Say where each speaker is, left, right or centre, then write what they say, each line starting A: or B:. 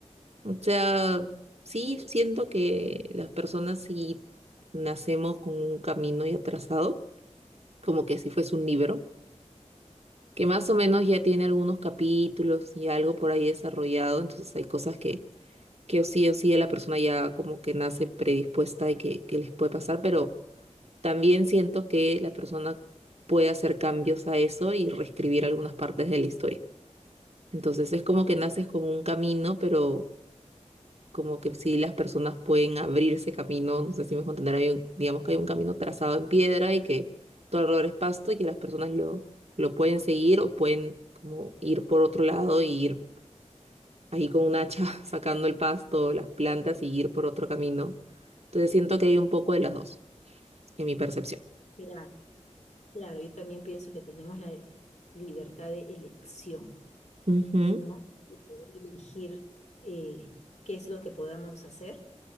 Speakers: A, on the right (about 60°); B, on the left (about 65°).
A: O sea, sí siento que las personas sí nacemos con un camino ya trazado, como que si fuese un libro. que más o menos ya tiene algunos capítulos y algo por ahí desarrollado, entonces hay cosas que, que o sí o sí la persona ya como que nace predispuesta y que, que les puede pasar, pero también siento que la persona puede hacer cambios a eso y reescribir algunas partes de la historia. Entonces es como que naces con un camino, pero como que si las personas pueden abrirse camino, no sé si me dejo entender, hay un- digamos que hay un camino trazado en piedra y que todo alrededor es pasto y que las personas lo, lo pueden seguir o pueden como ir por otro lado y ir ahí con un hacha <laughs> sacando el pasto, las plantas y ir por otro camino. Entonces siento que hay un poco de las dos, en mi percepción.
B: claro Claro, yo también pienso que tenemos la libertad de elección,
A: Ujú,
B: ¿no? Y poder elegir eh, qué es lo que podamos hacer.